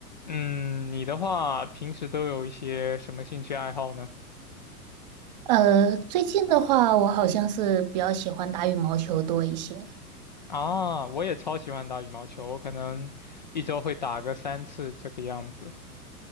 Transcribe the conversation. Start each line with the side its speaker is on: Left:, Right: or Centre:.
Left: 嗯，你的话平时都有一些什么兴趣爱好呢？
Right: 呃，最近的话，我好像是比较喜欢打羽毛球多一些。
Left: 啊，我也超喜欢打羽毛球，我可能一周会打个三次这个样子。